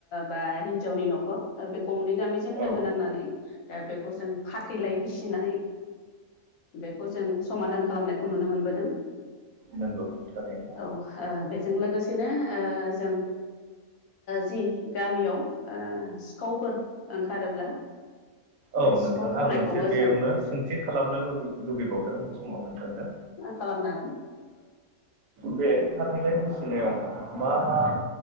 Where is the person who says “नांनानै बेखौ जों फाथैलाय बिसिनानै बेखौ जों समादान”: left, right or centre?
Left